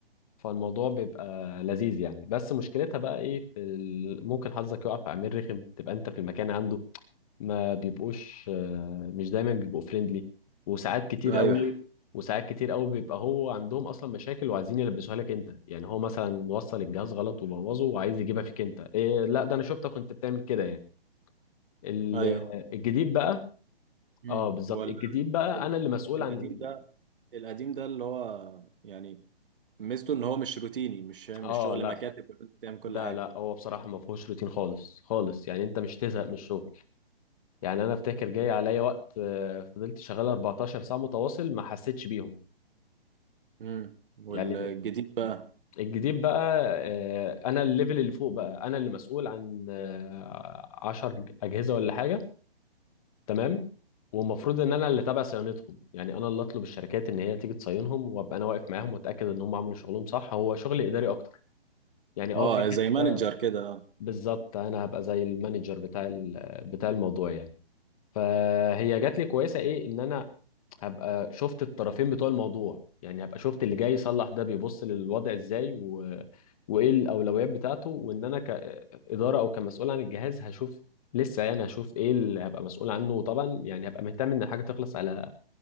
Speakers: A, on the left; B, on the right.
A: فالموضوع بيبقى لذيذ يعني بس مشكلتها بقى ايه في ال- ممكن حظك يقع في عميل رخم تبقى انت في المكان عنده ما بيبقوش آه، مش دايما بيبقوا فريندلي وساعات كتير
B: ايوه
A: قوي وساعات كتير قوي بيبقى هو عندهم اصلا مشاكل وعايزين يلبسوها لك انت يعني هو مثلا وصل الجهاز غلط وبوظه وعايز يجيبها فيك انت إيه لا ده انا شفتك كنت بتعمل كده يعني ال-
B: ايوه
A: الجديد بقى
B: امم
A: اه بالظبط
B: هو ال-
A: الجديد بقى
B: ال-
A: انا اللي مسؤول
B: القديم
A: عن
B: ده القديم ده اللي هو يعني ميزته ان هو مش روتيني مش مش
A: اه
B: شغل
A: لا
B: مكاتب وانت بتعمل كل
A: لا
B: حاجه
A: لا هو بصراحة ما فيهوش روتين خالص خالص يعني انت مش تزهق من الشغل يعني انا افتكر جاي عليا وقت آه، فضلت شغال 14 ساعه متواصل ما حسيتش بيهم
B: امم والجديد
A: يعني
B: بقى
A: الجديد بقى آه، انا الليفل اللي فوق بقى انا اللي مسؤول عن آه، 10 اجهزه ولا حاجه تمام والمفروض ان انا اللي تابع صيانتهم يعني انا اللي اطلب الشركات ان هي تيجي تصينهم وابقى انا واقف معاهم واتاكد ان هم عملوا شغلهم صح هو شغل اداري اكتر يعني اه
B: اه
A: في
B: زي
A: حته
B: مانجر كده اه
A: بالظبط انا هبقى زي المانجر بتاع ال- بتاع الموضوع يعني فهي جات لي كويسه ايه ان انا هبقى شفت الطرفين بتوع الموضوع يعني هبقى شفت اللي جاي يصلح ده بيبص للوضع ازاي و... وايه الاولويات بتاعته وان انا كاداره او كمسؤول عن الجهاز هشوف لسه يعني هشوف ايه اللي هبقى مسؤول عنه وطبعا يعني هبقى مهتم ان الحاجه تخلص على